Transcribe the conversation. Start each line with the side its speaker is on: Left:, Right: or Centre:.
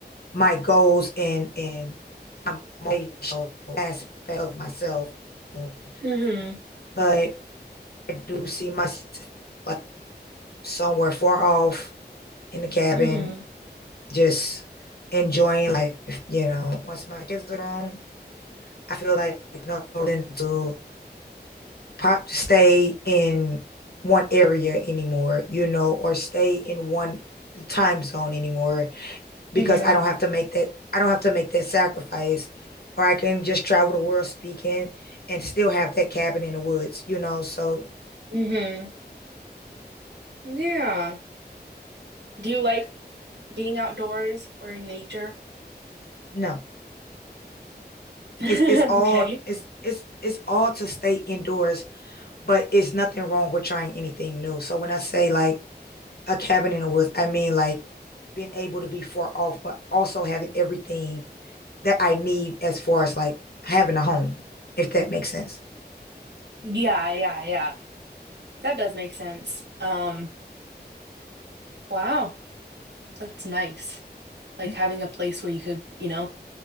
Left: my goals and and my motivational aspect of myself you know,
Right: hmm
Left: but I do see myself like somewhere far off in the cabin,
Right: hmm
Left: just enjoying life. You know, once my kids are grown, I feel like no reason to pop stay in one area anymore. You know, or stay in one time zone anymore because
Right: hmm
Left: I don't have to make that. I don't have to make that sacrifice. Or I can just travel the world speaking and still have that cabin in the woods, you know. So
Right: hmm Yeah. Do you like being outdoors or in nature?
Left: no.
Right: <laughs>
Left: It's it's all
Right: Okay.
Left: it's it's it's all to stay indoors, but it's nothing wrong with trying anything new. So when I say like a cabin in the woods, I mean like being able to be far off, but also having everything that I need as far as like having a home, if that makes sense.
Right: Yeah, yeah, yeah. That does make sense. Um, wow, that's nice. like
Left: Yep.
Right: having a place where you could, you know,